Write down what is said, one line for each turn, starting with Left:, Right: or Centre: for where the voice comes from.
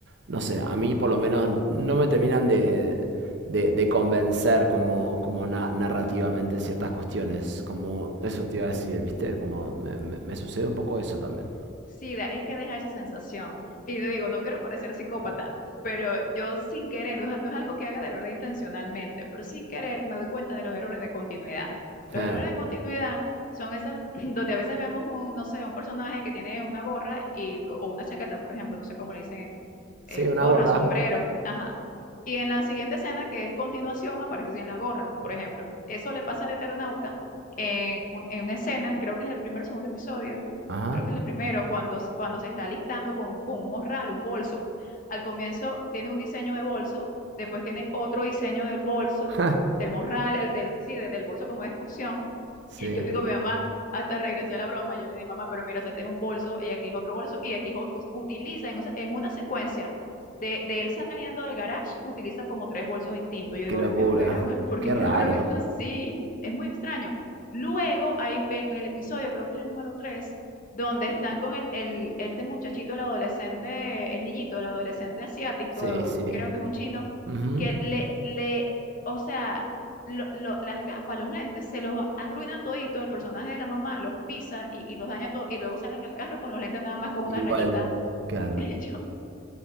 Right: no sé, a mí por lo menos no me terminan de, de, de convencer como, como na- narrativamente ciertas cuestiones, como eso te iba a decir, ¿viste? Como me, me- me sucede un poco eso también.
Left: Sí, da- es que deja esa sensación. Y te digo, no quiero parecer psicópata, pero yo sin querer, no, no es algo que haga de verdad intencionalmente, pero sin querer me doy cuenta de los errores de continuidad. Los
Right: <laughs> Eh,
Left: errores de continuidad son esas <clears throat> donde a veces vemos un, no sé, un personaje que tiene una gorra y, o una chaqueta, por ejemplo, no sé cómo le dicen,
Right: Sí,
Left: eh,
Right: una
Left: gorra,
Right: gorra.
Left: sombrero, ajá. Y en la siguiente escena, que es continuación, aparece sin la gorra, por ejemplo. Eso le pasa al Eternauta en, un- en una escena, creo que es el primer o segundo episodio
Right: Ajá.
Left: creo que es el primero, cuando, cuando se está alistando con, con un morral, un bolso. Al comienzo tiene un diseño de bolso, después tiene otro diseño del bolso,
Right: <laughs>
Left: del morral, el del, sí, de- del bolso como de excursión,
Right: Sí.
Left: yo le digo a mi mamá, hasta regresé a la broma, yo le dije, mamá, pero mira, o sea, este es un bolso y aquí es otro bolso y aquí es otro. Utiliza en, esa- en una secuencia de, de él saliendo del garage, utiliza como tres bolsos distintos. Yo digo,
Right: Qué locura.
Left: Dios mío, ¿por qué graba- <laughs> por
Right: Qué
Left: qué grabaron
Right: raro.
Left: esto así? Es muy extraño. Luego, hay, en, en el episodio, creo que es el número tres, donde están con el, el, este muchachito, el adolescente, el niñito, el adolescente asiático,
Right: Sí, sí.
Left: creo que es un chino,
Right: Ujú.
Left: que le, le, o sea lo- lo- las gafas, los lentes, se los arruinan todito, el personaje de la mamá los pisa y, y los daña todo, y luego salen al carro con los lentes nada más con una
Right: Igual.
Left: rayita.
Right: Claro.
Left: <laughs> Y yo,